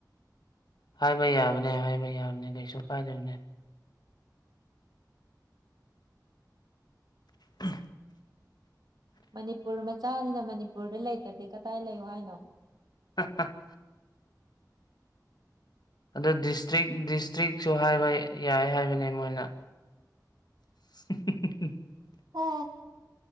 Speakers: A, on the left (about 70°); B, on the right (about 70°).
A: ꯍꯥꯏꯕ ꯌꯥꯕꯅꯦ ꯍꯥꯏꯕ ꯌꯥꯕꯅꯦ ꯀꯩꯁꯨ ꯀꯥꯏꯗꯕꯅꯦ ꯎ
B: ꯃꯅꯤꯄꯨꯔ ꯃꯆꯥꯅꯤꯅ ꯃꯅꯤꯄꯨꯔꯗ ꯂꯩꯇꯗꯤ ꯀꯗꯥꯏ ꯂꯩꯌꯣ ꯍꯥꯏꯅꯣ
A: ꯑ ꯑ ꯑꯗꯨ ꯗꯤꯁꯇ꯭ꯔꯤꯛ ꯗꯤꯁꯇ꯭ꯔꯤꯛꯁꯨ ꯍꯥꯏꯕ ꯌꯥꯏ ꯍꯥꯏꯕꯅꯤ ꯃꯣꯏꯅ <unintelligible>
B: ꯍ